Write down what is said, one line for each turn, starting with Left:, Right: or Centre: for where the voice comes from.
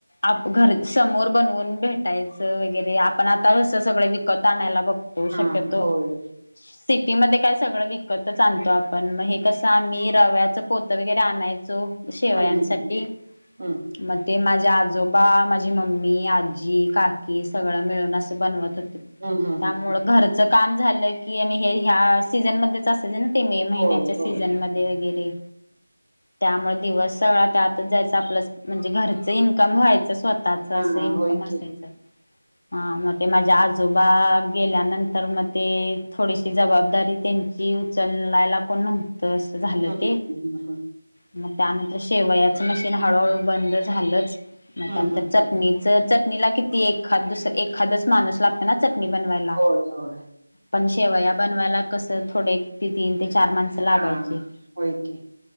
Left: आप घर समोर बनवून भेटायचं वगैरे आपण आता असं सगळं विकत आणायला बघो''--'' तो
Right: हा
Left: शक्यतो
Right: हा होय.
Left: सिटी काय सगळं विकत. कतच आणतो आपण मग हे कसं आम्ही रव्याचं पोतं वगैरे आणायचो. शेवयांसाठी
Right: हम्म हम्म हम्म
Left: मग ते माझ्या आजो ''--'' जो बा माझी मम्मी आजी काकी सगळं मिळून असं बनवत होते.
Right: हम्म
Left: त्यामुळे
Right: हम्म हम्म हम्म. हम्म
Left: घरच काम झालं की आणि हे ह्या सीझनमध्ये. तसं ज ना ते महिन्याच्या
Right: होय
Left: सीझन
Right: होय
Left: मध्ये वगैरे. त्यामुळे दिवस सगळा त्यातच जायच आपलं म्हणजे घरच इन्कम व्हायचं स्वतः''--'' त्याच
Right: हा
Left: असं इन्कम
Right: होय
Left: असायचं.
Right: की.
Left: हा मग ते माझ्या आजोबा गेल्यानंतर मग ते थोडीशी जबाबदारी त्यांची. ती उचलयला कोण नव्हत अस झालं
Right: हम्म
Left: ते.
Right: हम्म हम्म
Left: मग त्यानंतर शेवयाचं मशीन हळूहळू बंद झालंच मग
Right: हम्म
Left: त्यानंतर
Right: हम्म
Left: चटणी.
Right: हम्म
Left: चटणीला किती एखाद दुस एखादच माणूस लागत ना चटणी बनवायला.
Right: होय होय.
Left: पण शेवया बनवायला कसं थोडे ते तीन ते चार माणसं लागायची.
Right: हा होय की.